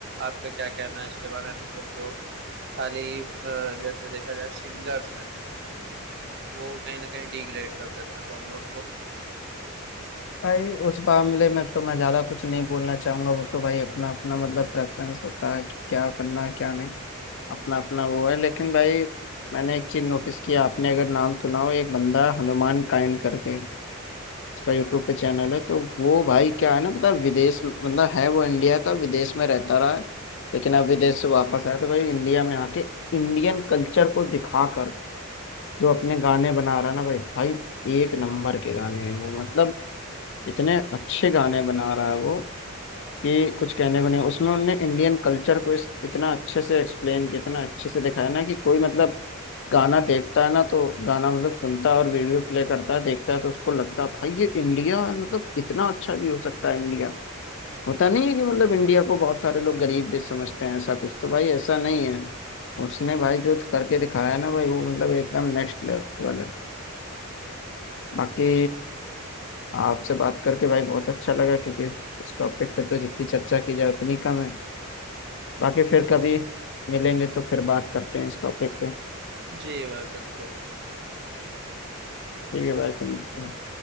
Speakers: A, on the right (about 50°); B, on the left (about 55°).
A: आपका क्या कहना है इसके बारे में मतलब जो खाली अ, जैसे देखा जाए सिंगर्स हैं वो कहीं ना कहीं डिग्रेड कर देते हैं बॉलीवुड को
B: भाई उस मामले में तो मैं ज्यादा कुछ नहीं बोलना चाहूंगा वो तो भाई अपना अपना मतलब प्रेफरेंस होता है कि क्या करना है क्या नहीं अपना अपना वो है लेकिन भाई मैंने एक चीज नोटिस किया आपने अगर नाम सुना हो एक बंदा हनुमान काइंड करके उसका यूट्यूब पे चैनल है तो वो भाई क्या है ना पता है, विदेश में- मतलब है वो इंडिया का विदेश में रहता रहा है लेकिन अब विदेश से वापस आया तो भाई इंडिया में आके इंडियन कल्चर को दिखाकर जो अपने गाने बना रहा है ना भाई भाई एक नंबर के गाने हैं वो मतलब इतने अच्छे गाने बना रहा है वो कि कुछ कहने को नहीं उसमें उनने इंडियन कल्चर को इस इतना अच्छे से एक्सप्लेन किया इतना अच्छे से दिखाया ना कि कोई मतलब गाना देखता है ना तो गाना मतलब सुनता है और वीडियो प्ले करता है देखता है तो उसको लगता है भाई ये इंडिया है मतलब इतना अच्छा भी हो सकता है इंडिया होता नहीं है कि मतलब इंडिया को बहुत सारे लोग गरीब देश समझते हैं ऐसा कुछ तो भाई ऐसा नहीं है उसने भाई जो करके दिखाया है ना भाई वो मतलब एकदम नेक्स्ट लेवल है बाकी आपसे बात करके भाई बहुत अच्छा लगा क्योंकि इस टॉपिक पे तो जितनी चर्चा की जाए उतनी कम है बाकी फिर कभी मिलेंगे तो फिर बात करते हैं इस टॉपिक पे
A: जी भाई बिल्कुल
B: ठीक है भाई फिर मिलते हैं